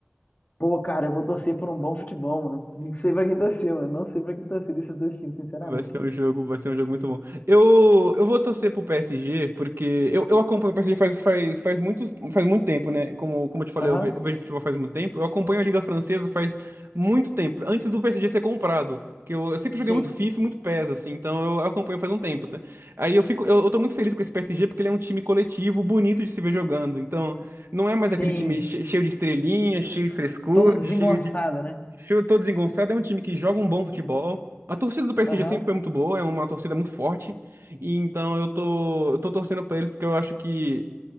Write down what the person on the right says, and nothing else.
Vai ser
um jogo, vai ser um jogo muito bom. Eu, eu vou torcer pro PSG, porque eu, eu acompanho o PSG faz, faz, faz, muito, faz muito tempo, né? Como, como eu te falei,
eu ve- eu vejo futebol faz muito tempo. Eu acompanho a Liga Francesa faz muito tempo, antes do PSG ser comprado. Porque eu, eu sempre joguei
muito FIFA, e muito PES, assim, então eu acompanho faz um tempo, tá? Aí eu fico, eu, eu tô muito feliz com esse PSG, porque ele é um time coletivo, bonito de se ver jogando. Então, não é mais aquele
time che- cheio de estrelinha, cheio de frescura,
cheio de.
Cheio, todo desengonçado, é um time que joga um bom futebol a torcida do PSG
sempre foi muito boa, é uma torcida muito forte. E então eu tô, eu tô torcendo pra eles porque eu acho que,